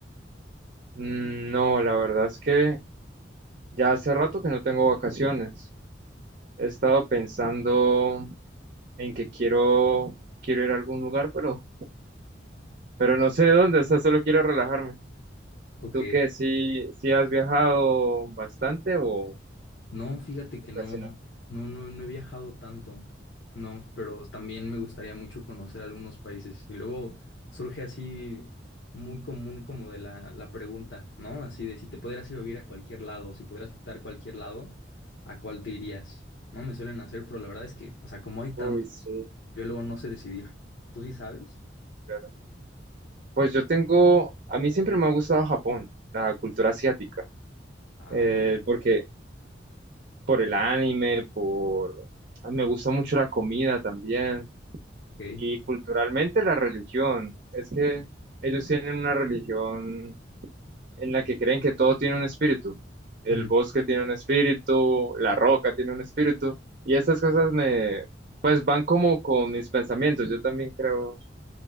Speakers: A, on the right; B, on the left.
A: Mm, No, la verdad es que Ya hace rato que no tengo vacaciones. He estado pensando en que quiero, quiero ir a algún lugar, pero, pero no sé dónde, o sea, solo quiero relajarme.
B: Ok.
A: ¿Tú qué? ¿Sí, sí has viajado bastante o
B: No, fíjate que no,
A: casi no?
B: no, no, no he viajado tanto, no, pero también me gustaría mucho conocer algunos países. Y luego surge así muy común como de la, la pregunta, ¿no? Así de si te pudieras ir a vivir a cualquier lado, si pudieras visitar cualquier lado, ¿a cuál te irías? No, me suelen hacer, pero la verdad es que, o sea, como hay tantos,
A: Uy, sí,
B: yo luego no sé decidir. ¿Tú sí sabes?
A: claro. Pues yo tengo, a mí siempre me ha gustado Japón, la cultura asiática,
B: Ah,
A: eh,
B: está.
A: porque por el anime, por, me gusta mucho la comida también.
B: Ok.
A: Y culturalmente la religión, es que ellos tienen una religión en la que creen que todo tiene un espíritu. El
B: Ujú.
A: bosque tiene un espíritu, la roca tiene un espíritu. Y estas cosas me, pues van como con mis pensamientos. Yo también creo